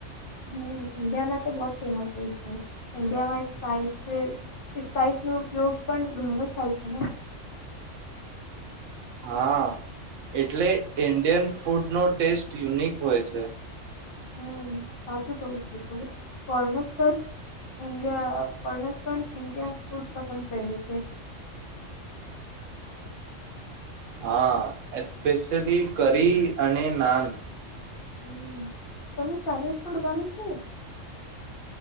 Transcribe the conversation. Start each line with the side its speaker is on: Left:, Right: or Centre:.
Left: હમ ઈન્ડિયામાં તો બહુ જ ફેમસ હોય છે ઈન્ડિયામાં સ્પાઈસ છે સ્પાઈસ નો ઉપયોગ પણ ઘણો થાય છે ને
Right: હા એટલે ઇન્ડિયન ફૂડનો ટેસ્ટ યુનિક હોય છે.
Left: હમ્ સાચું કહું છે તું ફોરેનરસ પણ ઇન્ડિયા ફોરેનરસ ઇન્ડિયા ફૂડ પસંદ કરે છે.
Right: હા એસ્પેશલી કરી અને નાન.
Left: હમ તમે ચાઇનીઝ ફૂડ ગમે છે?